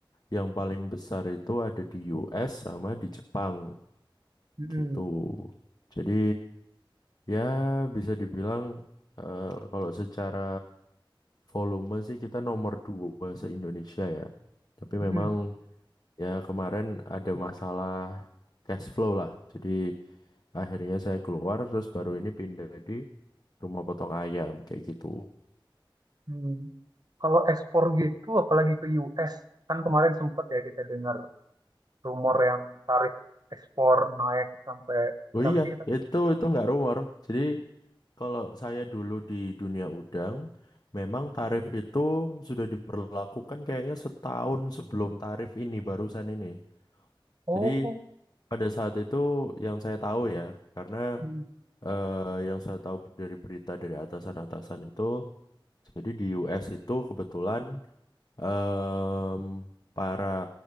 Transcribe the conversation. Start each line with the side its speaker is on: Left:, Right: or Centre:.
Left: yang paling besar itu ada di US sama di Jepang
Right: Mm-mm.
Left: gitu. Jadi ya bisa dibilang eh, kalau secara volume sih kita nomor dua se-Indonesia ya. Tapi
Right: Mm-mm.
Left: memang Ya, kemarin ada masalah cash flow lah. Jadi akhirnya saya keluar terus baru ini pindah di rumah potong ayam kayak gitu.
Right: Mm. Kalau ekspor gitu, apalagi ke US, kan kemarin sempet ya kita dengar rumor yang tarif ekspor naik sampai
Left: Oh
Right: berapa
Left: iya,
Right: sih kita?
Left: itu itu nggak rumor. Jadi kalau saya dulu di dunia udang, memang
Right: Mm.
Left: tarif itu sudah diberlakukan kayaknya setahun sebelum tarif ini barusan ini.
Right: Oh,
Left: Jadi pada saat itu yang saya tahu ya, karena
Right: Mm.
Left: eh, yang saya tahu dari berita dari atasan-atasan itu Jadi di US itu kebetulan em, para